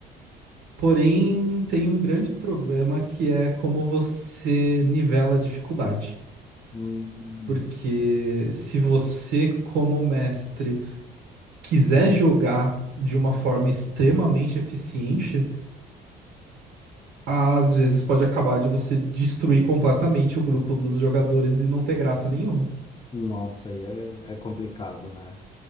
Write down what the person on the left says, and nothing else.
Hum,
Nossa, aí é, é complicado, né?